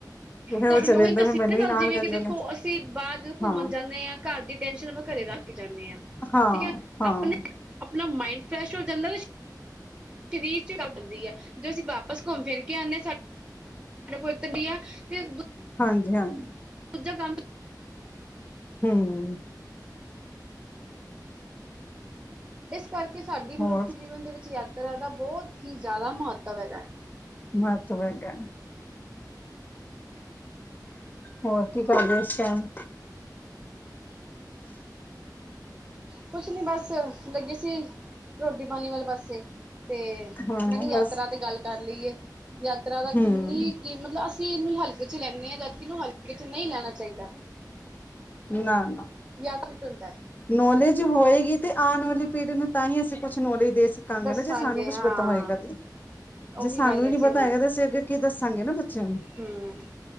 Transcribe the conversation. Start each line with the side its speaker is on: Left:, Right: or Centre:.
Left: ਤੇ ਫਿਰ
Right: ਤੁਆਨੂੰ
Left: ਉਹ ਚਲੇ
Right: ਮੈ ਓਹੀ
Left: ਜਾਂਦਾ
Right: ਦਸੀ
Left: ਫਿਰ ਮੈਨੂੰ
Right: ਨਾ
Left: ਵੀ
Right: ਗੱਲ,
Left: ਨਾਲ
Right: ਜਿਵੇਂ
Left: ਕਹਿੰਦੇ
Right: ਕਿ ਦੇਖੋ
Left: ਨੇ
Right: ਅਸੀਂ ਬਾਰ ਜਦੋਂ ਘੁੰਮਣ
Left: ਹਾਂ
Right: ਜਾਂਨੇ ਆ ਘਰ ਦੀ ਟੈਨਸ਼ਨ ਆਪਾਂ ਘਰੇ ਰੱਖ ਕੇ ਜਾਂਨੇ ਆ,
Left: ਹਾਂ
Right: ਠੀਕ ਐ
Left: ਹਾਂ
Right: ਆਪਣੇ ਆਪਣਾ ਮਾਈੰਡ ਫਰੈਸ਼ ਹੋ ਜਾਂਦਾ। ਸਰੀਰ ਚ ਉੱਡਦੀ ਆ ਜੋ ਅਸੀਂ ਵਾਪਸ ਘੁੰਮ ਫਿਰ ਕੇ ਆਉਦੇ ਹਾਂ ਸਾਡੇ ਪਵਿੱਤਰ ਦੀ ਆ ਤੇ
Left: ਹਾਂਜੀ-ਹਾਂਜੀ।
Right: ਦੂਜਾ ਕੰਮ
Left: ਹੂੰ।
Right: ਇਸ ਕਰਕੇ ਸਾਡੀ ਮਨੁੱਖੀ
Left: ਹੋਰ
Right: ਜੀਵਨ ਦੇ ਵਿੱਚ ਯਾਤਰਾ ਦਾ ਬਹੁਤ ਹੀ ਜ਼ਿਆਦਾ ਮਹੱਤਵ ਹੈਗਾ।
Left: ਮਹਤਵ ਹੈਗਾ। ਹੋਰ ਕੀ ਕਰਦੇ ਇਸ ਟਾਈਮ?
Right: ਕੁਛ ਨੀ ਬਸ ਲੱਗੇ ਸੀ, ਰੋਟੀ-ਪਾਣੀ ਵਾਲੇ ਪਾਸੇ। ਤੇ
Left: ਹਾਂ
Right: ਮੈਂ ਕਿਹਾ ਯਾਤਰਾ
Left: ਬਸ
Right: ਤੇ ਗੱਲ ਕਰ ਲਈਏ ਯਾਤਰਾ ਦਾ ਕਿੰਨੀ
Left: ਹਮ
Right: ਕਿ ਮਤਲਬ ਅਸੀਂ ਇਹਨੂੰ ਹਲਕੇ ਚ ਲੈਂਦੇ ਹਾਂ ਜਦਿ ਕਿ ਇਹਨੂੰ ਹਲਕੇ ਚ ਨਹੀਂ ਲੈਣਾ ਚਾਹੀਦਾ।
Left: ਨਾ-ਨਾ।
Right: ਯਾਦ ਫਿਟ ਹੁੰਦਾ ਹੈ।
Left: ਨੌਲੇਜ ਹੋਏਗੀ ਤੇ ਆਉਣ ਵਾਲੀ ਪੀੜ੍ਹੀ ਨੂੰ ਤਾਂ ਹੀ ਅਸੀਂ ਕੁਛ ਨੌਲੇਜ ਦੇ ਸਕਾਂਗੇ
Right: ਦੱਸਾਂਗੇ
Left: ਨਾ ਜੇ ਸਾਨੂੰ ਕੁਛ
Right: ਹਾਂ
Left: ਪਤਾ ਹੋਏਗਾ ਤੇ
Right: ਉਹੀ
Left: ਜੇ ਸਾਨੂੰ
Right: ਗੱਲ
Left: ਹੀ
Right: ਹੈ
Left: ਨੀ
Right: ਜੀ
Left: ਪਤਾ ਹੈਗਾ ਤੇ ਅਸੀਂ ਅੱਗੇ ਕੀ ਦੱਸਾਂਗੇ ਨਾ ਬੱਚਿਆਂ ਨੂੰ।
Right: ਹੂੰ।